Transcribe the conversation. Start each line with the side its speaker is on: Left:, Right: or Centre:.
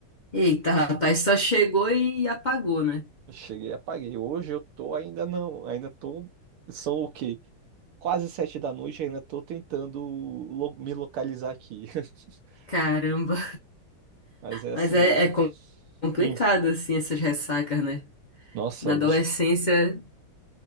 Left: Eita, rapaz, só chegou e apagou, né?
Right: Eu Cheguei e apaguei. Hoje eu tô ainda não, ainda tô. São o quê? Quase sete da noite, ainda tô tentando lo- me localizar aqui. <laughs>
Left: Caramba.
Right: Mas é
Left: Mas
Right: assim mesmo.
Left: é, é com- complicado,
Right: Hum,
Left: assim, essas ressacas, né?
Right: nossa,
Left: Na adolescência,
Right: de-